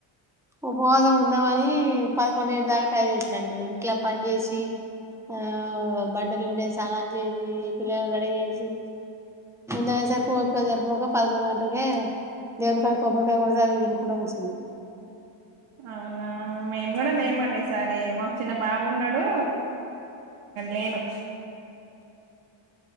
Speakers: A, in the centre; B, on the right (about 80°).
A: ఉపవాసం ఉందామని పదకొండేడు దాకా ట్రై చేసాండి ఇంట్లా పని చేసి ఆ బడ్ట్టలు పిండి స్నానాలు చేసి పిల్లలను రెడీ చేసి ము సార్ కోపికదారుపోగా పదకొం గలకి దేవుని కాడ కొబ్బరికాయ కూడాడతే అదినుకుండా కూర్చుం
B: అవునా మేము కూడా లేమండి ఈసారి మాకు చిన్న బాబున్నాడు నేను